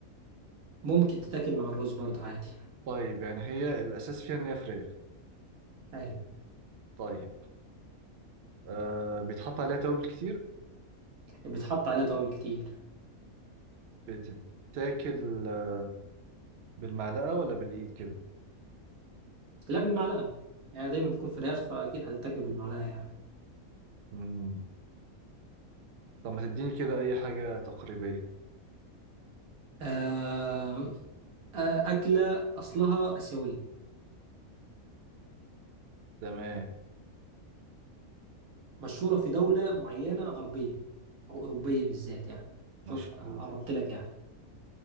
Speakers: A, on the right; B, on the right.
A: ممكن تتاكل مع الرز برضه عادي
B: طيب يعني هي الأساس فيها إن هي فراخ
A: أيوة
B: طيب آه بيتحط عليها توابل كتير
A: بيتحط عليها توابل كتير
B: بتتاكل آه، بالمعلقة ولا بالإيد كده
A: لا بالمعلقة يعني دايما بتكون فراخ فأكيد هتتاكل بالمعلقة يعني
B: مم. طب ما تديني كده أي حاجة تقريبية
A: آه آه أكلة أصلها آسيوية
B: تمام
A: مشهورة في دولة معينة غربية أو أوروبية بالذات يعني شوف
B: مشهور
A: قربت لك يعني